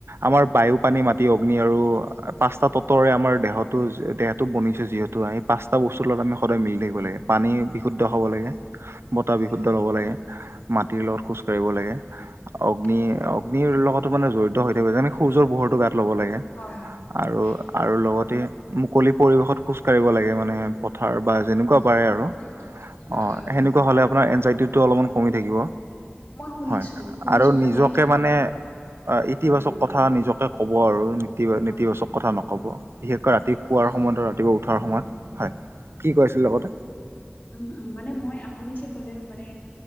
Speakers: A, on the right; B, on the left.
A: আমাৰ বায়ু, পানী, মাটি, অগ্নি আৰু পাঁচটা তত্ত ৰে আমাৰ দেহতটো দেহটো বনিছে যিহেতু আমি পাঁচটা বস্তুৰ লগত আমি সদায় মিলি থাকিব লাগে। পানী বিশুদ্ধ খাব লাগে। বতাহ
B: হয়
A: বিশুদ্ধ
B: হয়
A: লব লাগে মাটিৰ
B: উম
A: লগত খোজ কঢ়িব লাগে অগ্নি
B: উম
A: অগ্নিৰ লগত মানে জড়িত হৈ থাকিব যেনে সূৰ্যৰ পোহৰটো গাত ল'ব লাগে
B: হয় হয় হয়
A: আৰু আৰু
B: অ
A: লগতে মুকলি পৰিৱেশত খোজ কঢ়িব লাগে মানে পথাৰ বা যেনেকুৱা পাৰে আৰু
B: উম উম
A: অ
B: উম উম
A: সেনেকুৱা হলে আপোনাৰ এনজাইটিটো অলপমান কমি থাকিব।
B: মই শুনিছো
A: হয়
B: শুনিছো
A: আৰু
B: মানে
A: নিজকে মানে অ ইতিবাচক
B: উম
A: কথা নিজকে কব আৰু
B: হয়
A: নেতিবাচক
B: হয়
A: কথা নকব। বিশেষকৈ ৰাতি
B: বুজিছো
A: পোৱাৰ সময়ত আৰু ৰাতিপুৱা উঠাৰ সময়ত হয় কি কৈ আছিলে লগতে
B: উম উম মানে মই আপুনি যে ক'লে মানে